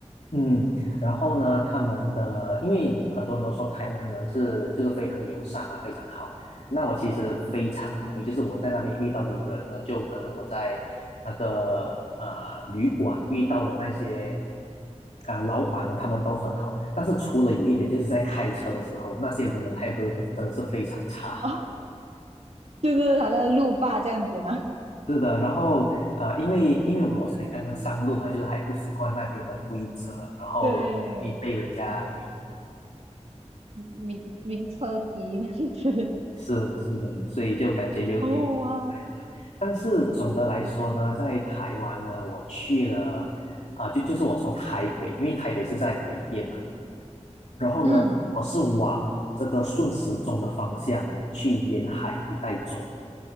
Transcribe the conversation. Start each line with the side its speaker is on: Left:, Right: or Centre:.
Left: 嗯，然后呢，他们的，因为很多人都说台湾人是就是非常友善嘛，非常好。那我其实非常同意，就是我在那边遇到的人呢，就可能我在那个呃旅馆遇到的那些啊、老板呢，他们都很好。但是除了有一点，就是在开车的时候，那些人的态度真的是非常差。
Right: 哦，就是好像路霸这样子吗？<laughs>
Left: 是的，然后呃，因为因为我才刚刚上路嘛，
Right: 嗯嗯嗯
Left: 就是还不习惯那边的规则，然后会被人家明
Right: 对，名名名车笛这样子。
Left: 是的是的，所以就感觉有点。
Right: 哦哇，
Left: 累了但是总的来说呢，在台湾呢，我去了啊、就就是我从台北，因为台北是在北边嘛，然后呢，
Right: 嗯。
Left: 我是往这个顺时钟的方向去沿海一带走。